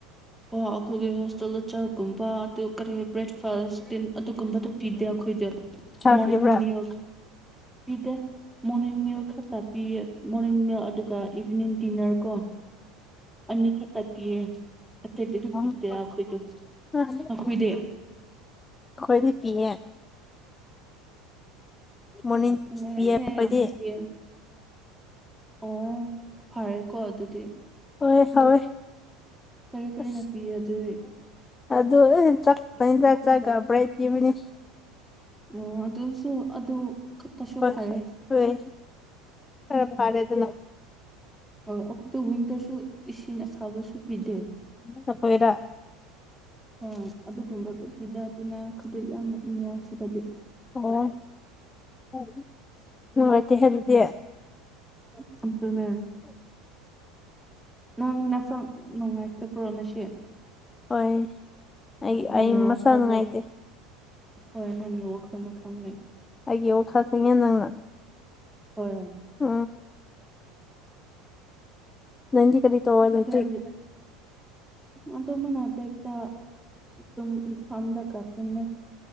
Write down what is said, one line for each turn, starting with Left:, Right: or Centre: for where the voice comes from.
Centre: ꯑꯣ ꯑꯩꯈꯣꯏꯒꯤ ꯍꯣꯁꯇꯦꯜꯗ ꯆꯥꯛꯒꯨꯝꯕ ꯑꯗꯨ ꯀꯔꯤ ꯕ꯭ꯔꯦꯛꯐꯥꯁ ꯑꯗꯨꯒꯨꯝꯕꯗꯨꯣ ꯄꯤꯗꯦ ꯑꯩꯈꯣꯏꯗꯣ
Left: ꯁꯥ
Centre: ꯃꯣꯔꯅꯤꯡ
Left: ꯄꯤꯕ꯭ꯔꯥ
Centre: ꯃꯦꯂꯥ ꯄꯤꯗꯦ ꯃꯣꯔꯅꯤꯡ ꯃꯤꯜ ꯈꯔ ꯇꯥꯄꯤ ꯃꯣꯔꯅꯤꯡ ꯃꯤꯜ ꯑꯗꯨꯒ ꯏꯚꯤꯅꯤꯡ ꯗꯤꯟꯅꯔ ꯀꯣ ꯑꯅꯤ ꯈꯇ ꯄꯤꯌꯦ ꯑꯇꯩꯗꯤ ꯑꯗꯨꯝ
Left: <unintelligible>
Centre: ꯄꯤꯗꯦ ꯑꯩꯈꯣꯏꯗꯤ ꯅꯈꯣꯏꯗꯤ
Left: ꯈꯣꯏꯗꯤ ꯄꯤꯌꯦ ꯃꯣꯔꯅꯤꯡ
Centre: ꯅꯨꯡꯉꯥꯏꯍꯦ
Left: ꯁꯨ ꯄꯤꯌꯦ ꯈꯣꯢꯗꯤ
Centre: ꯑꯗꯨꯗꯤ ꯑꯣ ꯐꯔꯦꯀꯣ ꯑꯗꯨꯗꯤ
Left: ꯍꯣꯏ ꯍꯣꯏ
Centre: ꯀꯔꯤ ꯀꯔꯤꯅ
Left: ꯑ
Centre: ꯄꯤꯌꯦ ꯑꯗꯨꯗꯤ
Left: ꯑꯗꯨ ꯆꯥꯛ ꯆ ꯆꯈꯕ꯭ꯔꯩ ꯀꯤꯕꯅꯤ
Centre: ꯑꯣ ꯑꯗꯨꯁꯨ ꯑꯗꯨ ꯈꯛꯇꯁꯨ
Left: ꯍꯣꯏ
Centre: ꯐꯔꯦ
Left: ꯍꯣꯏ ꯈꯔ ꯐꯔꯦ ꯑꯗꯨꯅ
Centre: ꯑꯣ ꯑꯩꯈꯣꯏꯗ ꯋꯤꯟꯇꯔꯁꯨ ꯏꯁꯤꯡ ꯑꯁꯥꯕꯁꯨ ꯄꯤꯗꯦ
Left: ꯅꯈꯣꯏꯔ
Centre: ꯑ ꯑꯗꯨꯒꯨꯝꯕ ꯄꯤꯗꯗꯅ ꯑꯩꯗꯣ ꯌꯥꯝꯅ ꯅꯨꯡꯉꯥꯏꯁꯤꯕꯗꯤ
Left: ꯑꯣ ꯅꯨꯡꯉꯥꯏꯇꯦ ꯑꯗꯨꯗꯤ
Centre: <unintelligible> ꯅꯪ ꯅꯁꯪ ꯅꯨꯡꯉꯥꯏꯇꯕ꯭ꯔꯣ ꯅ ꯁꯤ
Left: ꯍꯣꯏ ꯑꯩ
Centre: ꯅꯪꯒꯤ
Left: ꯑꯩ
Centre: ꯋꯥꯈꯜꯗꯣ
Left: ꯃꯁꯥ ꯅꯨꯡꯉꯥꯏꯇꯦ
Centre: ꯍꯣꯏ ꯅꯪꯒꯤ ꯋꯥꯈꯜꯗꯣ ꯈꯥꯡꯉꯦ
Left: ꯑꯩꯒꯤꯦ ꯌ ꯈꯥ ꯊ ꯌꯦꯦ ꯅꯪꯅ
Centre: ꯍꯣꯏꯣꯏ
Left: ꯎꯝ ꯅꯟꯗꯤ ꯀꯔꯤ ꯇꯧꯔ ꯂꯩꯒꯦ
Centre: ꯑꯗꯨꯅꯦ ꯑꯗꯨꯃꯦꯅꯅꯥꯗꯦꯇ ꯑꯗꯨꯝ ꯐꯝꯗ ꯀ ꯇꯨꯝꯃꯦ